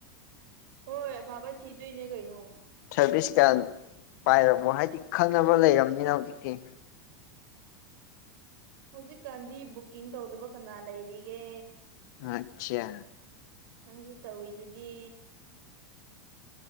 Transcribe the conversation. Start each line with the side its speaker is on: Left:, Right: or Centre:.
Right: ꯍꯣꯏ ꯑꯐꯥꯕ ꯊꯤꯗꯣꯏꯅꯦ ꯀꯩꯅꯣ
Left: ꯁꯥꯔꯚꯤꯁꯀꯥꯟ ꯄꯥꯏꯔꯕꯣ ꯍꯥꯏꯗꯤ ꯈꯪꯅꯕ ꯂꯩꯔꯕꯅꯤꯅ ꯍꯧꯖꯤꯛꯇꯤ
Right: ꯍꯧꯖꯤꯛꯀꯥꯟꯗꯤ ꯕꯨꯛꯀꯤꯡ ꯇꯧꯗꯕ ꯀꯅꯥ ꯂꯩꯔꯤꯒꯦ
Left: ꯑꯥꯠꯆꯥ
Right: ꯅꯪꯖꯨ ꯇꯧꯋꯤꯗꯨꯗꯤ